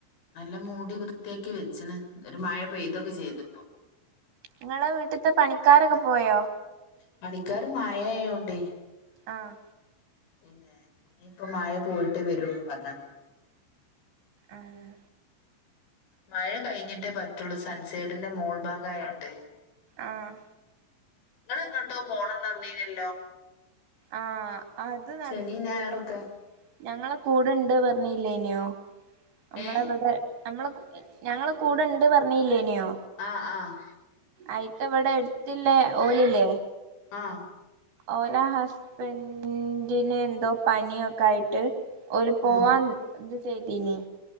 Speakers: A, on the left; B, on the right.
A: നല്ല മൂടി വൃത്തിയാക്കി വെച്ചിന് ഒരു മഴ പെയ്തൊക്കെ ചെയ്തപ്പോ
B: ങ്ങളെ വീട്ട്ത്തെ പണിക്കാരൊക്കെ പോയോ?
A: പണിക്കാർ മായായോണ്ടേ
B: ആഹ്
A: എന്നേ.. ഇനിയിപ്പം മഴ പോയിട്ടേ വരുള്ളും പർഞ്ഞ്ണ്
B: ആഹ്
A: മഴ കയ്ഞ്ഞിട്ടേ പറ്റുള്ളൂ. സൻസൈഡിന്റെ മൂൾഭാഗായോണ്ട്
B: ആഹ്
A: ങ്ങളെങ്ങട്ടോ പോണംന്നർഞ്ഞീനല്ലോ
B: ആഹ്. അത് നട്ക്കൂല
A: ശനി ഞായറൊക്കെ
B: ഞങ്ങളെ കൂടെണ്ട് പറഞ്ഞല്ലേനെയോ നമ്മളവിടെ
A: ഏ
B: നമ്മളെ കു എ ഞങ്ങളെ കൂടെണ്ട് പർഞ്ഞില്ലേന്യോ
A: ആഹ് ആഹ്
B: അയ്ത്ത വടെട്ത്തില്ലേ ഓല്ല്ലേ
A: ആഹ്
B: ഓല ഹസ്ബൻ്റിന് എന്തോ പനിയൊക്കെ ആയിട്ട് ഓല് പോവാൻ
A: ഉം
B: ത് ചെയ്തീനി